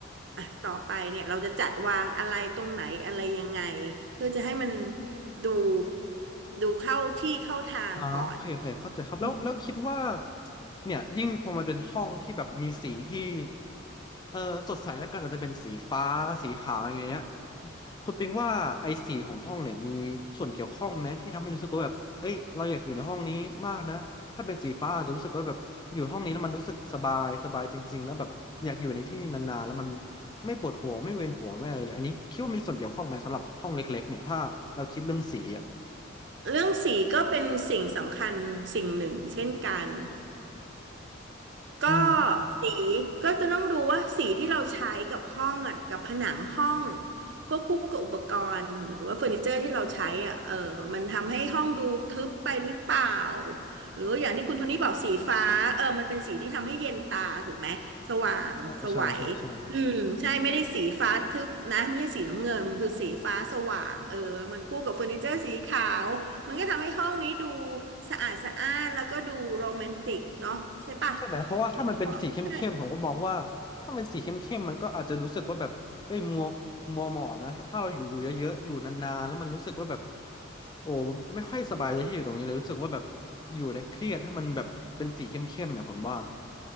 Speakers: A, on the right; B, on the left.
A: อ่ะต่อไปเนี่ยเราจะจัดวางอะไรตรงไหนอะไรยังไงเพื่อจะให้มัน ดูดูเข้าที่เข้าทางก่อน
B: อ่าโอเคโอเคเข้าใจครับแล้วแล้วคิดว่า
A: อืม
B: เนี่ยยิ่งพอมาเป็นห้องที่แบบมีสีที่เออสดใสแล้วกันอาจจะเป็นสีฟ้าสีขาวอย่างเงี้ยคุณปิงว่าไอ้สีของห้องเนี่ยมีส่วนเกี่ยวข้องไหมที่ทำให้รู้สึกว่าแบบเอ้ยเราอยากอยู่ในห้องนี้มากนะถ้าเป็นสีฟ้าอาจจะรู้สึกว่าแบบอยู่ห้องนี้แล้วมันรู้สึกสบายสบายจริงๆแล้วแบบอยากอยู่ในที่นานๆแล้วมันไม่ปวดหัวไม่เวียนหัวไม่อะไรเลยอันนี้คิดว่ามีส่วนเกี่ยวข้องไหมสำหรับห้องเล็กๆเนี่ยถ้าเราคิดเรื่องสีอ่ะ
A: เรื่องสีก็เป็นสิ่งสำคัญสิ่งหนึ่งเช่นกัน ก็
B: อืม
A: สีก็จะต้องดูว่าสีที่เราใช้กับห้องอ่ะกับผนังห้องควบคู่กับอุปกรณ์หรือว่าเฟอร์นิเจอร์ที่เราใช้อ่ะเออมันทำให้ห้องดูทึบไปหรือเปล่าหรือว่าอย่างที่คุณโทนี่บอกสีฟ้าเออมันเป็นสีที่ทำให้เย็นตาถูกไหมสว่างสวัยอืมใช่ไม่ได้สีฟ้าทึบนะไม่ใช่สีน้ำเงินคือสีฟ้าสว่างเออมันคู่กับเฟอร์นิเจอร์สีขาวมันก็ทำให้ห้องนี้ดู
B: ใช่ใช่ใช่ใช่
A: สะอาดสะอ้านแล้วก็ดูโรแมนติกเนาะใช่ปะ
B: ใช่ไหมเพราะว่าถ้ามันเป็นสีเข้มๆผมก็มองว่าถ้ามันสีเข้มๆมันก็อาจจะรู้สึกว่าแบบเอ้ยมัว
A: แล้วก็ใช่
B: มัวหมองนะถ้าถ้าเราอยู่อยู่เยอะๆอยู่นานๆแล้วมันรู้สึกว่าแบบโอ้ไม่ค่อยสบายใจที่อยู่ตรงนี้เลยรู้สึกว่าแบบอยู่แล้วเครียดถ้ามันแบบเป็นสีเข้มๆเนี่ยผมว่า